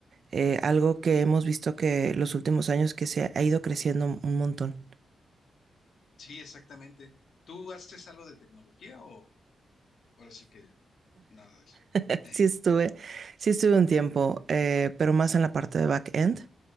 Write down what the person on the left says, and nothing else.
Sí, exactamente. ¿Tú haces algo de tecnología o ahora sí que nada de eso?
Eh,